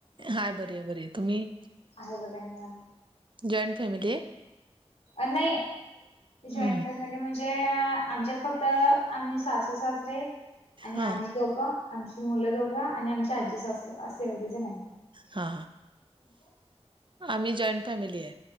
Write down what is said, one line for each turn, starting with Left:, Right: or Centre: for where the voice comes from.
Right: हाय बरी हाय बरीय तुम्ही?
Left: आहे बघा निवांत.
Right: जॉईंट फॅमिलीय?
Left: नाही जॉ
Right: हम्म
Left: फॅमिली म्हणज म्हणजे आमच्यात फक्त आम्ही सासू सासरे आणि
Right: हां,
Left: आम्ही दोघं आमची मुलं दोघं आणि आमची आजी सासू असं एवढी जन हाईत.
Right: हा आम्ही जॉईंट फॅमिलीय